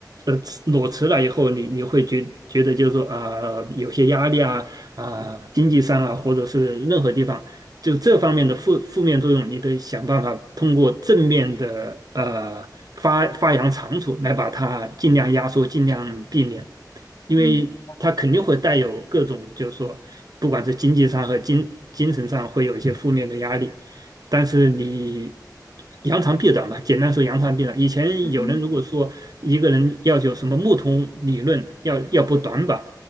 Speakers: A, on the right (about 60°); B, on the left (about 50°).
A: 呃裸辞了以后，你你会觉觉得就是说啊、有些压力啊啊、经济上啊，或者是任何地方，就这方面的负负面作用，你得想办法通过正面的呃发发扬长处来把它尽量压缩，尽量避免，因为它肯定会带有各种就是说，
B: 嗯嗯
A: 不管是经济上和精精神上会有一些负面的压力。但是你扬长避短吧，简单说扬长避短。以前有人如果说一个人要有什么木桶理论，
B: 嗯。
A: 要要补短板，